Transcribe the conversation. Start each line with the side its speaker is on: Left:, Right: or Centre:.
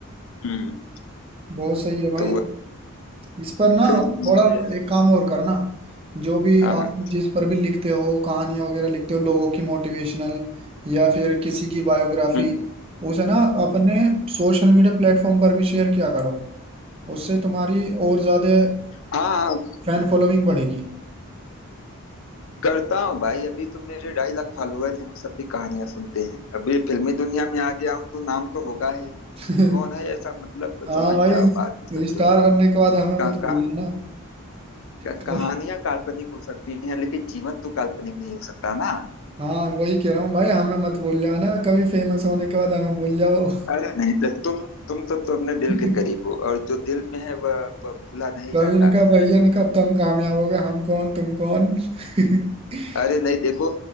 Left: हम्म।
Right: बहुत सही है भाई
Left: तो वह-
Right: इस पर ना
Left: फिर मेरे-
Right: थोड़ा एक काम और करना जो भी
Left: हाँ हाँ
Right: आप जिस पर भी लिखते हो कहानियां वगैरह लिखते हो लोगों की मोटिवेशनल या फिर किसी की बायोग्राफी
Left: हम्म
Right: उसे ना अपने सोशल मीडिया प्लेटफॉर्म पर भी शेयर किया करो उससे तुम्हारी और ज्यादा
Left: हाँ
Right: फैन फॉलोइंग बढ़ेगी
Left: करता हूँ भाई अभी तो मेरे ढाई लाख फॉलोअर हैं वो सब भी कहानियां सुनते हैं अभी फिल्मी दुनिया में आ गया हूँ तो नाम तो होगा ही
Right: <laughs>
Left: कौन है ऐसा मतलब
Right: हाँ
Left: समझ
Right: भाई
Left: जाओ बात को समझो
Right: स्टार बनने के बाद हमें
Left: का,
Right: मत
Left: का,
Right: भूल जाना
Left: का,
Right: कभी-
Left: कहानियां काल्पनिक हो सकती हैं लेकिन जीवन तो काल्पनिक नहीं हो सकता ना
Right: <laughs> हाँ वही कह रहा हूँ भाई हमें मत भूल जाना कभी फेमस होने के बाद हमें भूल जाओ
Left: अरे नहीं तो तुम तुम सब तो अपने दिल
Right: <laughs>
Left: के करीब हो और जो दिल में है वह वह भूला नहीं
Right: तो
Left: जाता
Right: इनका भाई इनका तुम कामयाब हो गए हम कौन तुम कौन <laughs>
Left: अरे नहीं देखो